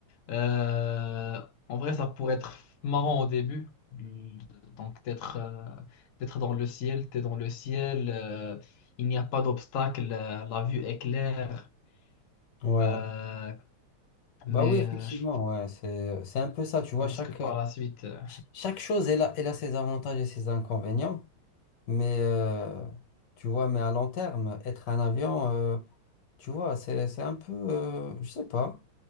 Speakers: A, on the left; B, on the left.
A: Euh, en vrai, ça pourrait être marrant au début. Donc d'être euh, d'être dans le ciel, t'es dans le ciel. euh, il n'y a pas d'obstacle. La, la vue est claire.
B: Ouais.
A: Euh, mais
B: Bah oui, effectivement.
A: euh, je
B: Ouais. C'est c'est un peu ça. Tu vois
A: pense
B: chaque
A: que par la suite. euh,
B: Ch- Chaque chose, elle a, elle a ses avantages et ses inconvénients, mais euh, tu vois, mais à long terme, être un avion, euh, tu vois, c'est, c'est un peu, euh, je sais pas,